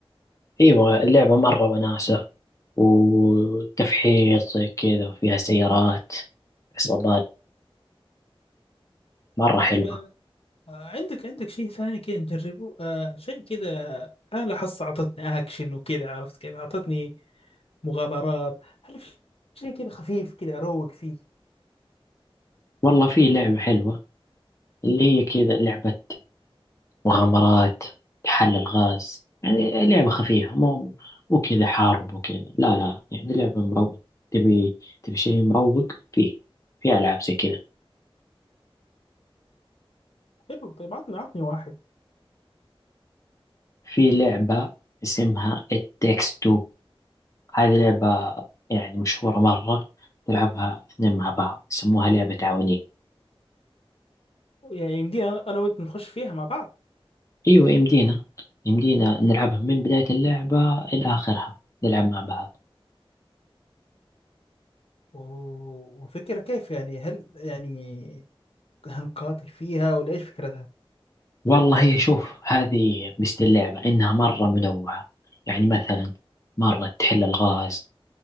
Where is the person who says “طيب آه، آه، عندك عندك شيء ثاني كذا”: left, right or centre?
Left